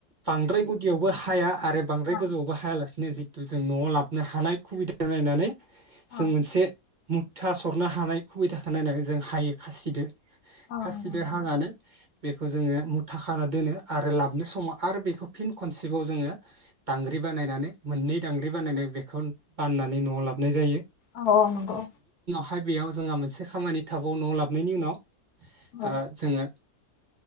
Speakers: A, on the right; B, on the left.
A: बांद्राय गुदियावबो हाया आरो बांद्राय
B: औ
A: गोजौवावबो हायालासिनो जि थु जों नवाव लाबोनो हानाय खुबिदा नायनानै
B: औ
A: जों मोनसे मुथा सरनो हानाय खुबिदाखौ नायनानै जों हायो खासिदो।
B: औ
A: खासिदो
B: नंगौ नोंथां
A: हानानै बेखौ जोङो मुथा खाना दोनो आरो लाबोनो समाव आरो बेखौ फिन खनसेबाव जोङो दांग्रि बानायनानै मोननै दांग्रि बानायनाय बेखौ बाननानै नवाव लाबोनाय जायो।
B: औ औ नंगौ।
A: फाय बेयाव जोंहा मोनसे खामानि थाबावो नवाव लाबनायनि उनाव
B: औ औ
A: ओ जोङो